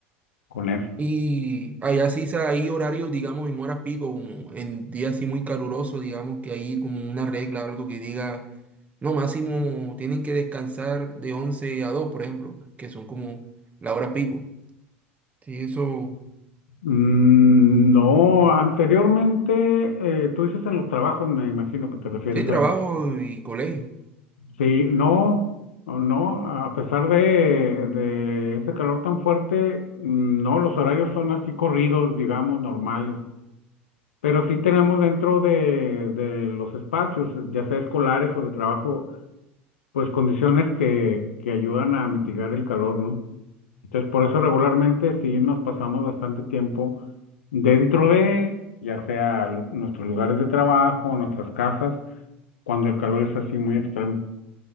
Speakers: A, on the left; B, on the right.
A: con eso.
B: Y allá sí sa- hay horarios, digamos, en horas pico, como en días así muy calurosos, digamos que hay como una regla, algo que diga, no, máximo tienen que descansar de 11 a dos por ejemplo, que son como la hora pico. Sí, eso,
A: Mm, no, anteriormente, eh, tú dices en los trabajos, me imagino que te refieres
B: sí, trabajo
A: a
B: y colegio.
A: Sí, no, no, a pesar de, de ese calor tan fuerte, no, los horarios son así corridos, digamos, normales. Pero sí tenemos dentro de, de los espacios, ya sea escolares o de trabajo, pues condiciones que, que ayudan a mitigar el calor, ¿no? Entonces, por eso regularmente sí nos pasamos bastante tiempo dentro de, ya sea lu- nuestros lugares de trabajo, nuestras casas, cuando el calor es así muy extremo.